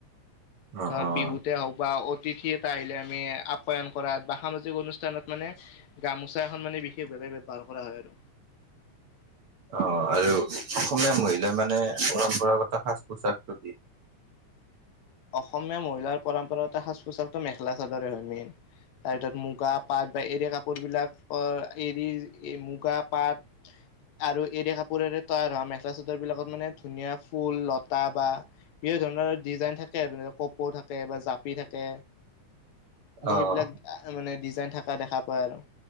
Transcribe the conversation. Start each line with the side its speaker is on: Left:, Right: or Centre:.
Right: অ',
Left: তাৰ
Right: অ'।
Left: বিহুতে হক বা <unintelligible> তিথি এটা আহিলে আমি আপ্যায়ন কৰাত বা সামাজিক অনুষ্ঠানত মানে, গামোচা এখন মানে বিশেষভাৱে <unintelligible> বাৰ কৰা হয় আৰু।
Right: অ', আৰু অসমীয়া মহিলাই মানে, পৰম্পৰাগত সাজ পোছাকটো পি
Left: অসমীয়া মহিলাৰ পৰম্পৰাত সাজ পোছাকটো মেখেলা চাদৰে হয় মেইন। তাৰ ভিতৰত মুগা পাট বা এৰী কাপোৰবিলাক এৰী মুগা, পাট আৰু এৰী কাপোৰেৰে তৈয়াৰ হোৱা মেখেলা চাদৰ বিলাকত মানে ধুনীয়া ফুল লতা বা বিভি ধৰণৰ ডিজাইন থাকে ধ কপৌ থাকে বা জাপি থাকে।
Right: অ',
Left: সেইবিলাক মানে ডিজাইন থকা দেখা পায় আৰু